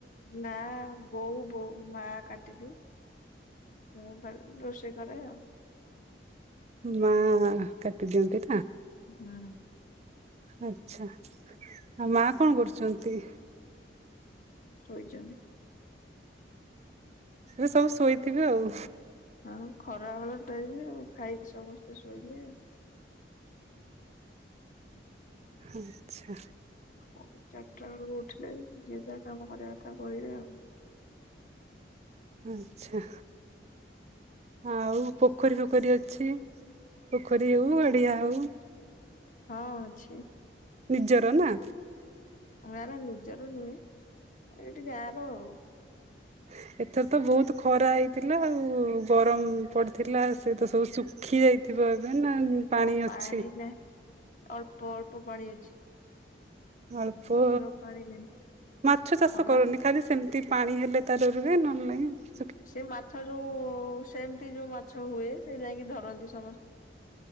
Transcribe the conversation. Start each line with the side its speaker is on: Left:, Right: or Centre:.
Left: ନା ବୋଉ ବୋଉ ମା କାଟିଦିଏ। ମୁଁ ଖାଲି ରୋଷେଇ କରେ ଆଉ।
Right: ମା କାଟିଦିଅନ୍ତି।
Left: ହଁ
Right: ଆଛା ଆଉ ମା କଣ କରୁଛନ୍ତି?
Left: ଶୋଇଛନ୍ତି।
Right: ଏବେ ସବୁ ଶୋଇଥିବେ ଆଉ।
Left: ଆଉ ଖରା ବେଳ ଟାଇମ ଆଉ ଖାଇକି ସମସ୍ତେ ଶୋଇଲେ ଆଉ
Right: ଆଚ୍ଛା
Left: ପୁଣି ଚାରିଟା ବେଳକୁ ଉଠିଲେ ଯିଏ ଯାହା କାମ କରିବା କଥା କରିବେ ଆଉ।
Right: ଆଛା ଆଉ ପୋଖରୀ ଫୋଖରୀ ଅଛି ପୋଖରୀ ହଉ ଗଡିଆ ହଉ
Left: ହଁ ଅଛି
Right: ନିଜର ନା
Left: <unintelligible> ନିଜର ନୁହେଁ ଏଠି ଗାଁ ର ଆଉ
Right: <inaudible> ଏଥର ତ ବହୁତ ଖରା ହେଇଥିଲା ଆଉ ଗରମ ପଡିଥିଲା ସେ ତ ସବୁ ଶୁଖି ଯାଇଥିବ ଏବେ ନା
Left: ହଁ ପାଣି
Right: ଅଛି
Left: ନାହିଁ ଅଳ୍ପ ଅଳ୍ପ ପାଣି ଅଛି।
Right: ଅଳ୍ପ
Left: ଅଧିକ ପାଣି ନାହିଁ
Right: ମାଛ ଚାଷ
Left: ଖରା
Right: କରନି ଖାଲି ସେମିତି ପାଣି ହେଲେ ତାଟ ରୁହେ ନହେଲେ ନାହିଁ।
Left: ସେ ମାଛ ଯୋଉ ସେମିତି ଯୋଉ ମାଛ ହୁଏ ସେ ଯାଇକି ଧରନ୍ତି ସମସ୍ତେ।